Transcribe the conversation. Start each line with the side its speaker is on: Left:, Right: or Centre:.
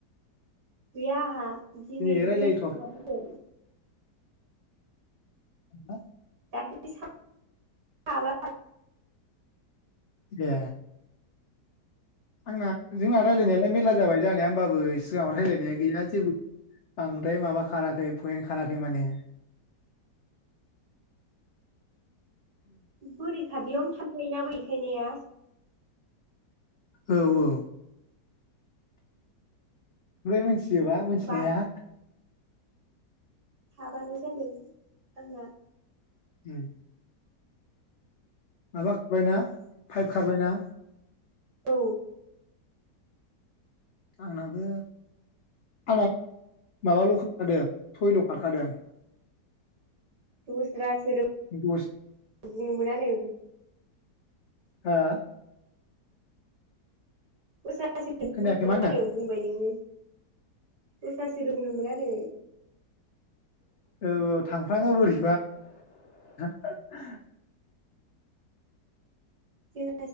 Right: गैया आहा दिनैसो
Left: दिनै रायलायथ'वाखै
Right: साब्रै
Left: <inaudible>
Right: दासो‌ साबा
Left: ए आंना जोंना रायलायनायालाय मेरला जाबाय जानाया होमबाबो सिगाङाव रायलायनाया गैया जेबो बांद्राय माबा खाराखै पइन्ट खाराखै माने।
Right: बोरि <unintelligible> थामफाय नाबोखायनाया।
Left: औ औ। ओमफ्राय मोनसे। गिजोबा मिथिनाया।
Right: बा साबाल जादों आंना।
Left: उम। माबा खारबायना पाइप खारबायना।
Right: औ।
Left: आंनाबो आंना माबाल खारखादों सयल खारखादों।
Right: दस्रा सोदोम
Left: दस
Right: बुंनो मोना नो।
Left: हा।
Right: बस द
Left: खोनायाखै
Right: बुंनोमोना
Left: मा होनदों
Right: बुंबाय नोङो दस्रासोदोब बुंनोमोना नो।
Left: औ औ थांफ्लाङो बोरैबा। <inaudible>
Right: <inaudible>